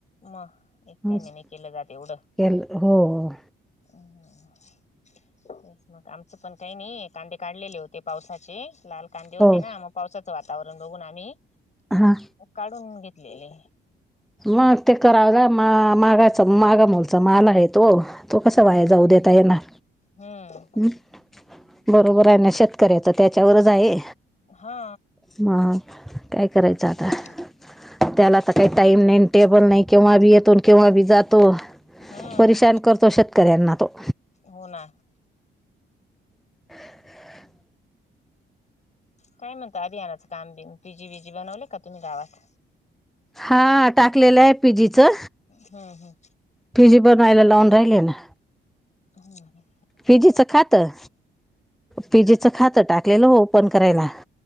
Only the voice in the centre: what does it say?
असं
केलं हो हो.
हो
हा.
मग ते कराव जा मा मागाच मागा मुलचा माल आहे तो,, तो कसं
व्हाया जाऊ देत. तयांना.
हम्म, बरोबर आहे ना शेतकऱ्याच त्याच्यावरच आहे.
मग काय करायचं
आता, त्याला आता काही टाईम नाही टेबल नाही, केव्हा बी येतो न केव्हा बी जातो,
परेशान करतो शेतकऱ्यांना तो.
<inaudible>
हा टाकलेलं आहे पिजीचं
फिजी पण अयला लाऊन राहिले ना
फिजिच खातं फिजिच खातं टाकलेलं हो ओपन करायला..